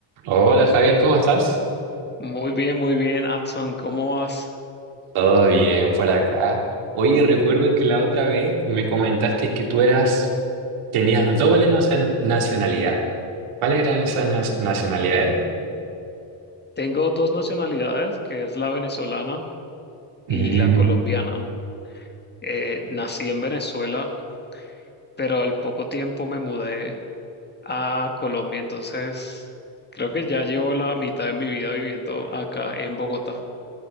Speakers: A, on the right (about 80°); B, on the left (about 20°).
A: Hola Javier, ¿cómo estás?
B: Muy bien, muy bien, Adson, ¿cómo vas?
A: Todo bien por acá. Oye, recuerdo que la otra vez me comentaste que tú eras, tenías doble nacio- nacionalidad. ¿Cuáles eran esas nas- nacionalidades?
B: Tengo dos nacionalidades, que es la venezolana y
A: Mm,
B: la colombiana. Eh, nací en Venezuela, pero al poco tiempo me mudé a Colombia, entonces creo que ya llevo la mitad de mi vida viviendo acá en Bogotá.